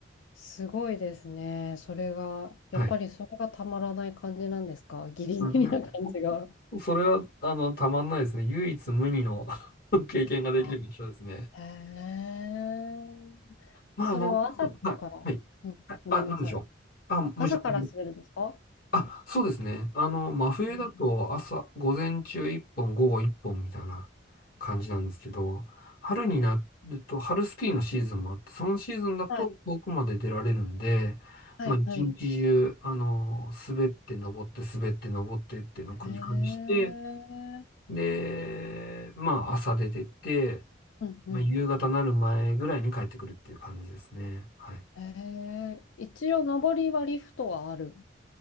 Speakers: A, on the left; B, on the left.
A: すごいですね。それが、やっぱりそれがたまらない感じなんですかギリギリな感じが。
B: はい。いやそれは、あの、たまんないですね。唯一無二の <laughs> 経験ができる場所ですね。
A: あ、へえ。
B: まあ、
A: それは朝から、
B: あの、はい、はい。
A: うん、ごめんなさい。
B: あ、なんでしょう。あ、もうちょっと。
A: 朝からするんですか
B: あ、そうですね。あの、真冬だと朝、
A: へえ
B: 午前中1本、午後1本みたいな感じなんですけど、春になると、春スキーのシーズンもあって、そのシーズンだと遠くまで出られるんで、
A: はい、はい、
B: まあ、一日中、
A: はい。
B: あの、滑って登って、滑って登ってっていうのを繰り返して、
A: へえ。
B: で、まあ、朝出てって、
A: うん、うん。
B: まあ、夕方なる前ぐらいに帰ってくるっていう感じですね。はい。
A: へえ。一応、上りはリフトはある。